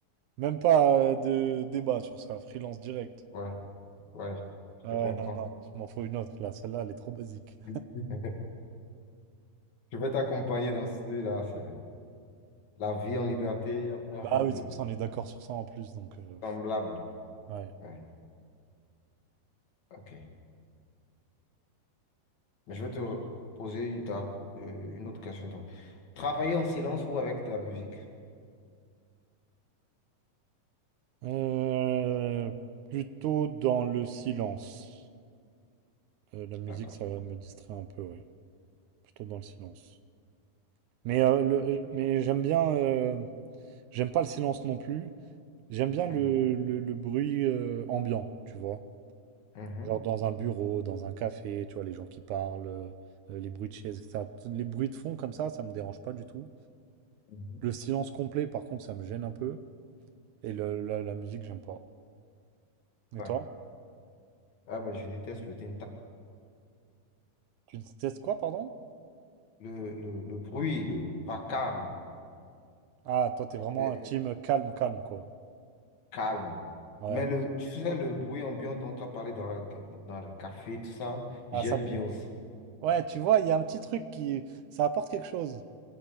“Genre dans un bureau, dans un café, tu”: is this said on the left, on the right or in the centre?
Right